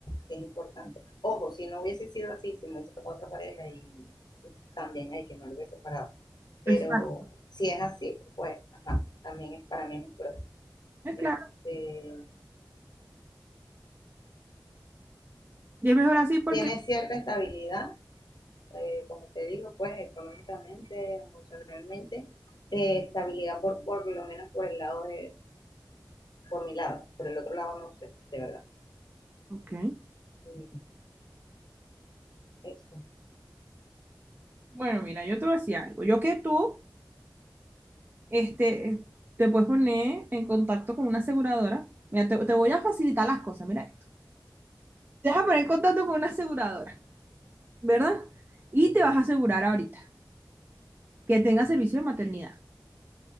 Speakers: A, on the left; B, on the right.
A: si es importante. Ojo, si no hubiese sido así, si me hubiese tocado otra pareja y, y también hay que no lo hubiese separado Pero
B: Exacto,
A: si es así, pues, ajá, también es para mí un pro.
B: es
A: Este,
B: claro. Y es mejor así porque,
A: tiene cierta estabilidad, eh, como te digo, pues económicamente, emocionalmente, eh, estabilidad por, por lo menos por el lado de, por mi lado, por el otro lado no sé, de verdad.
B: Ok.
A: Mm, Eso.
B: bueno, mira, yo te voy a decir algo. Yo que tú, este, te puedes poner en contacto con una aseguradora. Mira, te, te voy a facilitar las cosas, mira esto. Te vas a poner en contacto con una aseguradora, ¿verdad? Y te vas a asegurar ahorita que tenga servicio de maternidad.